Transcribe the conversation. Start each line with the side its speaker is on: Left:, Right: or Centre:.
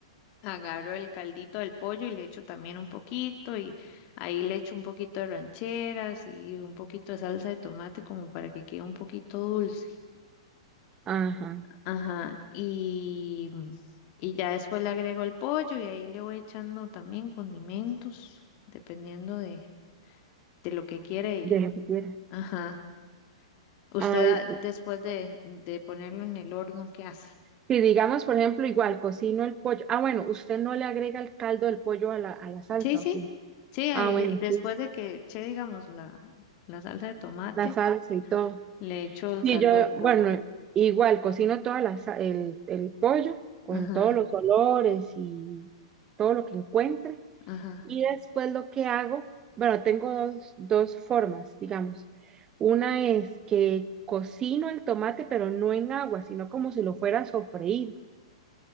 Left: Agarro el caldito del pollo y le echo también un poquito y ahí le echo un poquito de rancheras y un poquito de salsa de tomate como para que quede un poquito dulce.
Right: Ajá.
Left: Ajá, y, y ya después le agrego el pollo y ahí le voy echando también condimentos, dependiendo de, de lo que quiere y,
Right: De lo que quieras.
Left: ajá. Usted
Right: A ver,
Left: ah, después de, de ponerlo en el horno, ¿qué hace?
Right: Si digamos, por ejemplo, igual cocino el pollo. Ah, bueno, usted no le agrega el caldo del pollo a la, a la salsa,
Left: Sí, sí,
Right: ¿o sí?
Left: sí, ahí,
Right: Ah, bueno,
Left: después
Right: sí,
Left: de que eché, digamos, la, la salsa de tomate.
Right: la salsa y todo.
Left: Le echo el
Right: Sí,
Left: caldo
Right: yo,
Left: del pollo.
Right: bueno, igual cocino toda la, sa- el, el pollo con
Left: Ajá,
Right: todos los olores y todo lo que encuentre.
Left: ajá,
Right: Y después lo que hago, bueno, tengo dos, dos formas, digamos. Una es que cocino el tomate, pero no en agua, sino como si lo fuera a sofreír.